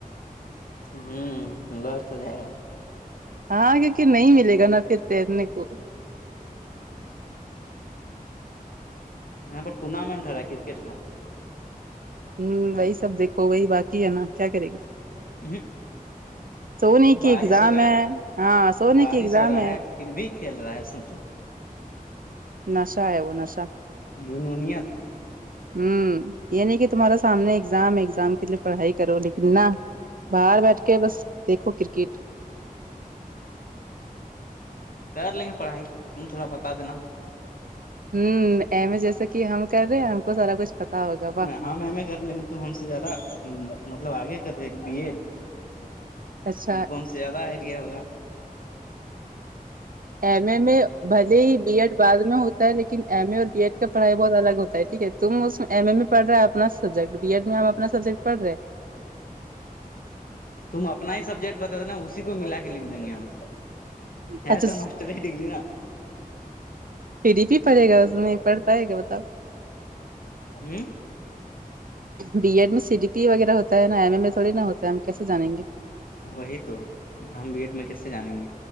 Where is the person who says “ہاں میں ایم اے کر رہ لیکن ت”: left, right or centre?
Left